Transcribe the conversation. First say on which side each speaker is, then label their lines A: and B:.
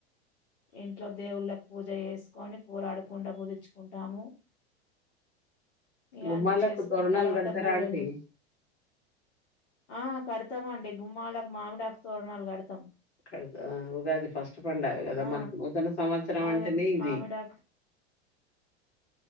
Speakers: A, on the left; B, on the left.
A: ఇంట్లో దేవుళ్ళకి పూజ చేసుకొని కూరాడుకుండా పూధిచ్చుకుంటాము. ఇవన్నీ
B: గుమ్మాలకు
A: చేసుకున్న
B: తోరణాలు
A: తర్వాత
B: కడతారా
A: బూరెలు
B: అండి
A: ఆ కడతామా అండి గుమ్మాలకు మామిడాకు తోరణాలు కడతాం
B: అక్కడ ఉగాది ఫస్ట్ పండుగా కదా
A: ఆ
B: మనకి నూతన సంవత్సరం
A: అదే
B: అంటేనే ఇది
A: మామిడాకు